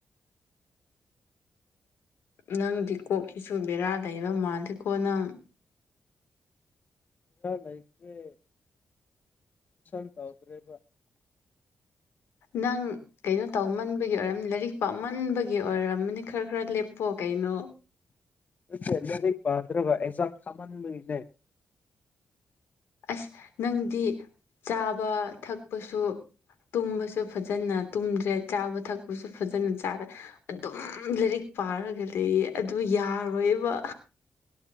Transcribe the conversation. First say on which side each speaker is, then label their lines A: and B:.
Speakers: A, on the left (about 85°); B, on the left (about 45°).
A: ꯅꯪꯗꯤ ꯀꯣꯛꯀꯤꯁꯨ ꯕꯦꯔꯥ ꯂꯩꯕ ꯃꯥꯂꯦꯀꯣ ꯅꯪ
B: ꯈꯔꯥ ꯂꯥꯏꯇ꯭ꯔꯦ ꯁꯟ ꯇꯧꯗ꯭ꯔꯦꯕ
A: ꯅꯪ ꯀꯩꯅꯣ ꯇꯧꯃꯟꯕꯒꯤ ꯑꯣꯏꯔꯝꯅꯤ ꯂꯥꯏꯔꯤꯛ ꯄꯥ ꯃꯟꯕꯒꯤ ꯑꯣꯏꯔꯝꯃꯅꯤ ꯈꯔ ꯈꯔ ꯂꯦꯞꯄꯣ ꯀꯩꯅꯣ
B: ꯑꯩ ꯂꯥꯏꯔꯤꯛ ꯄꯗ꯭ꯔꯒ ꯑꯦꯛꯖꯥꯝ ꯊꯥꯃꯟꯕꯩꯅꯦ
A: ꯑꯁ ꯅꯪꯗꯤ ꯆꯥꯕ ꯊꯛꯄꯁꯨ ꯇꯨꯝꯕꯁꯨ ꯐꯖꯅ ꯇꯨꯝꯗ꯭ꯔꯦ ꯆꯥꯕ ꯊꯛꯄꯁꯨ ꯐꯖꯅ ꯆꯥꯔꯦ ꯑꯗꯨꯝ ꯂꯥꯏꯔꯤꯛ ꯄꯥꯔꯒ ꯂꯩꯌꯦ ꯑꯗꯨ ꯌꯥꯔꯣꯏꯕ